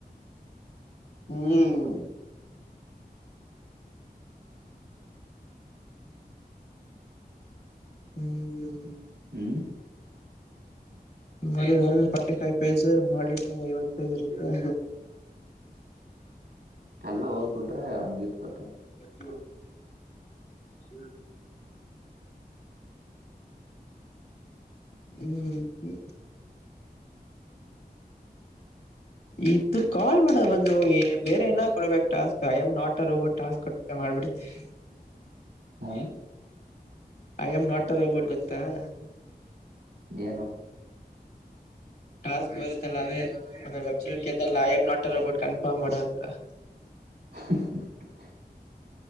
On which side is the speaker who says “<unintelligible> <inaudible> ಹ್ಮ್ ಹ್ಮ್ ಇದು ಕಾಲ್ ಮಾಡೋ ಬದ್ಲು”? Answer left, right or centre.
Left